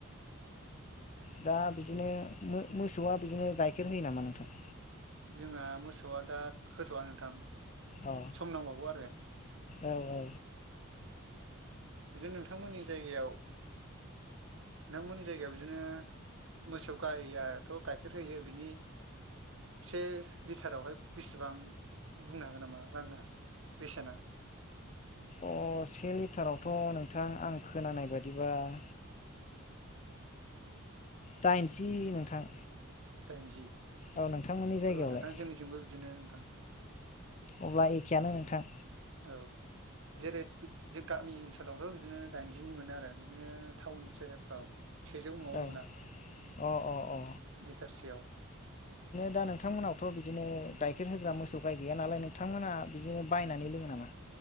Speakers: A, on the left; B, on the right.
A: दा बिदिनो मो मोसौआ बिदिनो गाइखेर होयो नामा नोंथां?
B: जोंहा मोसौआ दा होथ'वा नोंथां।
A: अ
B: सम नांबावगौ आरो।
A: औ औ
B: बिदिनो नोंथांमोननि जायगायाव नांमोननि जायगायाव बिदिनो मोसौ गायाथ' गाइखेर होयो बिनि से लिटारावहाय बिसेबां बुंनो हागोन नामा राङा? बेसेना?
A: अ से लिटारावथ' नोंथां आं खोनानाय बायदिबा <inaudible> दाइनजि नोंथां।
B: दाइनजि
A: औ नोंथांमोननि जायगायावलाय
B: औ नोंथां जोंनिजोंबो बिदिनो नोंथां।
A: अब्ला एखेयानो नोंथां।
B: औ जेरै गामि ओनसोलावथ' बिदिनो दाइनजिनि मोनो आरो बिदिनो टाउन सोहोरफ्राव सेजौ नङाबा
A: औ
B: मोना।
A: अ अ अ
B: लिटारसेयाव?
A: दा नोंथांमोनावथ' बिदिनो केर होग्रा मोसौ गाय गैया नालाय नोंथांमोना बिदिनो बायनानै लोङो नामा?